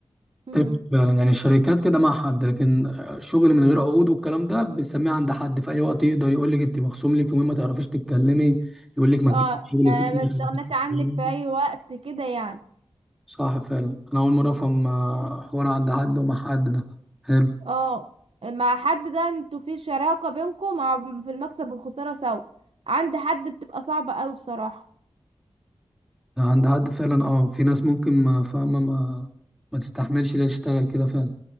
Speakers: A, on the right (about 65°); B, in the centre.
A: امم
B: تفرق فعلا يعني الشركات كده مع حد لكن آه، شغل من غير عقود والكلام ده بنسميه عند حد في اي وقت يقدر يقول لك انت مخصوم لك يومين ما تعرفيش تتكلمي يقول لك ما
A: اه
B: تجيبي شغل
A: ما
B: تاني
A: ما
B: ما
A: استغنيت
B: تعرفيش
A: عنك
B: تتكلمي.
A: في اي وقت كده يعني
B: صح فعلا انا اول مره افهم آه، حوار عند حد ومع حد ده حلو
A: اه مع حد ده انتوا في شراكة بينكم مع في المكسب والخسارة سوا عند حد بتبقى صعبة قوي بصراحة
B: عند حد فعلا اه في ناس ممكن ما فاهمه ما ما تستحملش ليه تشتغل كده فعلا